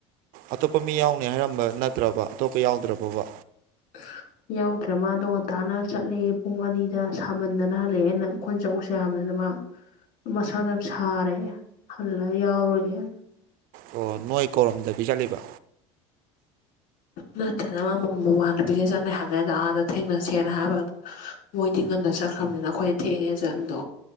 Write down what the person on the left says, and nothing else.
<unintelligible> ꯌꯥꯎꯗ꯭ꯔꯦ ꯃꯥ ꯗꯣ ꯉꯥꯟꯇꯥꯥꯟꯅ ꯆꯠꯂꯛꯑꯦ ꯄꯨꯡ ꯑꯅꯤꯗ ꯁꯥꯃꯟꯗꯅ ꯍꯜꯂꯛꯑꯦꯅ ꯈꯣꯟꯆꯧꯁꯦ ꯌꯥꯝꯗꯅ ꯃꯥ ꯃꯁꯥꯗ ꯌꯥꯝ ꯁꯥꯔꯦ ꯍꯜꯂꯒ ꯌꯥꯎꯔꯣꯏꯒꯦꯅ
ꯅꯠꯇꯗꯅ ꯃꯃ ꯃꯃ ꯅꯨ ꯄꯒꯦ ꯆꯠꯅꯩ ꯍꯥꯏꯕꯅꯦꯗ ꯑꯥꯗ ꯊꯦꯡꯅꯁꯦꯅ ꯍꯥꯏꯕꯗꯣ ꯃꯣꯏꯗꯤ ꯉꯟꯅ ꯆꯠꯈ꯭ꯔꯕꯅꯤꯅ ꯑꯩꯈꯣꯏꯗ ꯊꯦꯡꯉꯦ ꯆꯠꯗꯣ